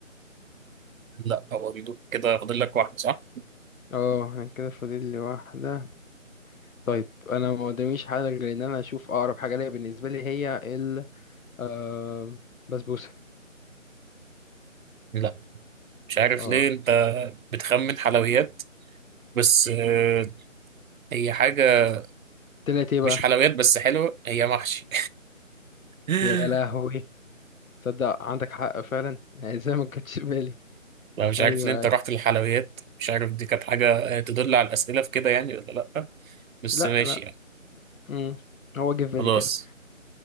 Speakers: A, on the right; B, on the left.
A: لا هو بيدوك كده فاضل لك واحدة صح؟
B: اه أنا كده فاضل لي واحدة طيب انا ما قداميش حاجة غير ان انا اشوف اقرب حاجة ليا بالنسبة لي هي ال آه، بسبوسة
A: لا مش عارف
B: اه
A: ليه أنت بتخمن حلويات بس أه هي حاجة
B: طلعت ايه بقى
A: مش حلويات بس حلوة هي محشي <laughs>
B: يا لهوي تصدق عندك حق فعلا <laughs> زي ما كنتش بالي
A: لا مش
B: ايوه
A: عارف ليه أنت
B: ايوه
A: رحت للحلويات مش عارف دي كانت حاجة آه، تدل على الأسئلة في كده يعني ولا لأ بس
B: لا
A: ماشي
B: لا
A: يعني
B: مم. هو جه في بالي
A: خلاص
B: كده